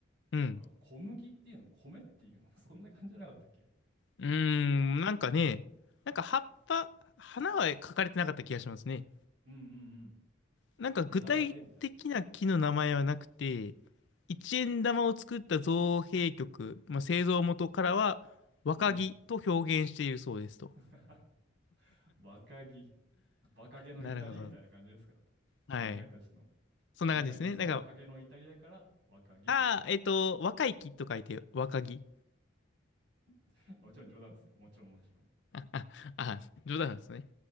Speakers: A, on the left (about 65°); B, on the right (about 65°).
A: うん。
B: なんか小麦っていうの、米っていうの、<laughs> そんな感じじゃなかったっけ
A: うーん、なんかね、なんか葉っぱ、花は描かれてなかった気がしますね。
B: うんうんうん。
A: なんか具体的な木の名前はなくて、
B: 枝だけみたいな。
A: 一円玉を作った造幣局、まあ、製造元からは若木と表現しているそうですと。
B: うん。<laughs> バカギ。バカゲの至りみたいな感じですか
A: なるほど。はい。
B: 考えた人の。
A: そんな感じですね。
B: 考えたその若気の至りだから若気と。
A: なんか、ああ、えっと、若い木と書いて若木。
B: <laughs> もちろん冗談ですよ。もちろんもちろん。
A: あ、あ、冗談なんですね。